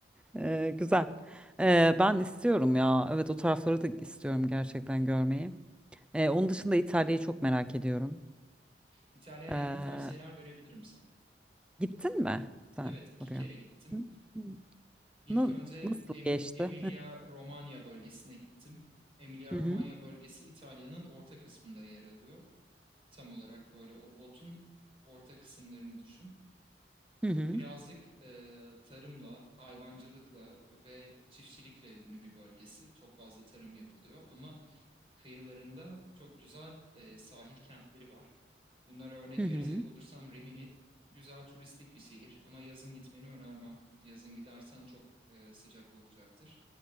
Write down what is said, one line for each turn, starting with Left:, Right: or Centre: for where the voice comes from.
Centre: E, güzel. E, ben istiyorum ya. Evet o tarafları da istiyorum gerçekten görmeyi. Ee, onun dışında İtalya'yı çok merak ediyorum.
Right: İtalya ile
Centre: Ee,
Right: ilgili tavsiyeler verebilirim sana.
Centre: gittin mi sen
Right: Evet, iki
Centre: oraya?
Right: kere gittim.
Centre: Hı. hı.
Right: İlk
Centre: Na-
Right: önce
Centre: Nasıl
Right: Em-
Centre: geçti?
Right: Emilia-Romanya bölgesine gittim. Emilia-Romanya
Centre: Hı hı.
Right: bölgesi İtalya'nın orta kısmında yer alıyor. Tam olarak böyle o botun orta kısımlarını düşün.
Centre: Hı hı.
Right: Birazcık e, tarımla, hayvancılıkla ve çiftçilikle ünlü bir bölgesi. Çok fazla tarım yapılıyor ama kıyılarında çok güzel e, sahil kentleri var. Bunlara örnek
Centre: Hı hı.
Right: verecek olursam Rimini güzel turistik bir şehir ama yazın gitmeni önermem. Yazın gidersen çok e, sıcak olacaktır.